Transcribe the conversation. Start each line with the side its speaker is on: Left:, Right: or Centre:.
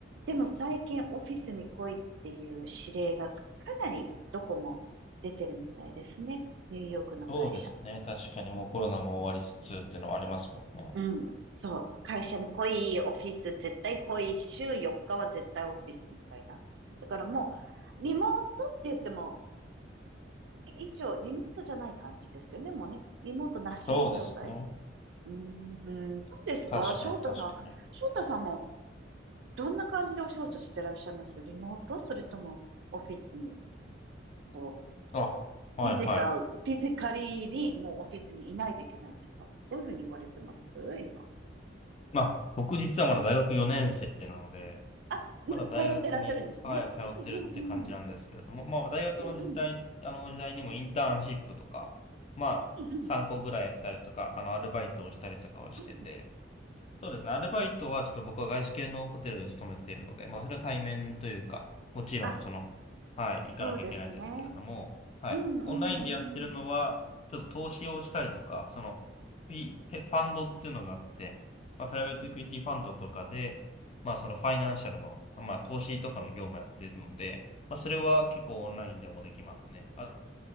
Right: でも最近オフィスに来いっていう指令がかなりどこも出てるみたいですね。ニューヨークの会社。
Left: そうですね。確かにもうコロナも終わりつつっていうのはありますもんね。
Right: うん、そう。会社に来い、オフィス絶対来い、週4日は絶対オフィスみたいな。だからもう、リモートって言っても以上、リモートじゃない感じですよね、もうね。リモートなし状態。
Left: そうですね。
Right: うーん、どうですか翔太さん。
Left: 確かに確かに。
Right: 翔太さんも、どんな感じでお仕事してらっしゃいますリモートそれとも、オフィスに、こう、
Left: あ、はいはい。
Right: フィジカル、フィジカリーに、もうオフィスにいないといけないですかどういうふうに言われてます今。
Left: まあ、僕実はまだ大学4年生なので、
Right: あ、まだ通ってらっしゃるんですね。
Left: まだ大学に、はい、通ってるって感じなんですけれども、
Right: うんうんうん。
Left: まあ、大学の時代、
Right: うんうん。
Left: あの時代にもインターンシップとか、まあ、
Right: うんうん。
Left: 3個ぐらいやってたりとか、あの、アルバイトをしたりとかはしてて、
Right: うん。
Left: そうですね。アルバイトはちょっと僕は外資系のホテルで勤めているので、まあそれは対面というか、もちろんその、
Right: あ、
Left: はい、
Right: そうですね。
Left: 行かなきゃいけないんですけれども、はい、
Right: うんうんうん。
Left: オンラインでやってるのは、ちょっと投資をしたりとか、その、フィファンドっていうのがあって、まあプライベートエクイティファンドとかで、
Right: うん
Left: まあそのファイナンシャルの、まあ投資とかの業務やってるので、まあそれは結構オンラインでもできますね。あ